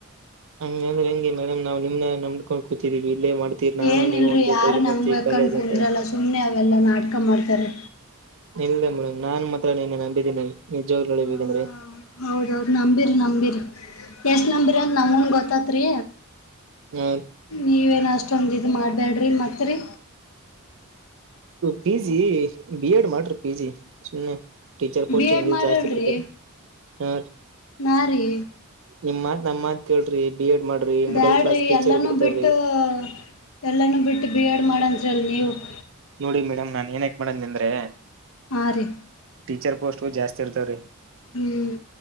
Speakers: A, on the right (about 65°); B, on the left (about 70°).
A: ಹಂಗಂದ್ರೆ ಹೆಂಗೆ ಮೇಡಮ್ ನಾವು ನಿಮ್ಮನೆ ನಂಬ್ಕೊಂಡು ಕೂತಿದೀವಿ. ಇಲ್ಲೇ ಮಾಡ್ತೀರಿ ನಾನು
B: ಏನಿಲ್ರಿ
A: ನೀವು ಒಂದೇ
B: ಯಾರು
A: ತೋಲಿ
B: ನಮ್ಗೆ
A: ಮಾಡ್ತೀವಿ
B: ಬೆಕಂಡ್
A: ಕಾಲೇಜ್
B: ಕುಂದ್ರಲ್ಲ
A: ಅಂತ
B: ಸುಮ್ನೆ ಅವೆಲ್ಲ ನಾಟಕ ಮಾಡ್ತಾರೆ.
A: ಇಲ್ಲೇ ಮಾ ನಾನ್ ಮಾತ್ರನಿನ್ನ ನಂಬಿದ್ದೀನಿ ನಿಜವಾಗಲೂಹೇಳ್ಬೇಕಂದ್ರೆ.
B: ಹಾ ಹೌದೌದು ನಂಬಿರಿ ನಂಬಿರಿ ಎಷ್ಟ್ ನಂಬಿರಿ ಅಂತ ನಮನ್ ಗೊತ್ತತ್ರಿ
A: ಹಾ
B: ನೀವೇನ ಅಷ್ಟೊಂದು ಇದ್ ಮಾಡ್ಬ್ಯಾಡ್ರಿ ಮಾತ್ರಿ.
A: ಪಿ ಜಿ ಬಿ ಎಡ್ ಮಾಡ್ರಿ ಪಿ ಜಿ ಸುಮ್ಮನೆ ಟೀಚರ್ ಪೋಸ್ಟ್
B: ಬಿ
A: ಏಗಿದ್ರು
B: ಎಡ್ ಮಾಡಲ್ರಿ
A: ಜಾಸ್ತಿ ಬಿಡ್ತಾರೆ ಹರಿ
B: ನಾ ರೀ
A: ನಿಮ್ಮ ನಮ್ಮತ್ ಕೇಳ್ರಿ. ಬಿ ಎಡ್ ಮಾಡ್ರಿ ಮಿಡಲ್
B: ಬ್ಯಾಡ್ರಿ
A: ಕ್ಲಾಸ್ ಟೀಚರ್
B: ಎಲ್ಲಾನೂ
A: ಬಿಡ್ತಾರೀ
B: ಬಿಟ್ಟು ಹೂ ಎಲ್ಲಾನೂ ಬಿಟ್ಟು ಬಿ ಎಡ್ ಮಾಡಂ <unintelligible>
A: ನೋಡಿ ಮೇಡಮ್ ನಾನ್ ಏನ್ ಯಾಕ್ ಮಾಡನ್ ಅಂದ್ರೆ
B: ಆರಿ
A: ಟೀಚರ್ ಪೋಸ್ಟ್ ಜಾಸ್ತಿ ಇರ್ತವ ರೀ.
B: ಹ್ಮ್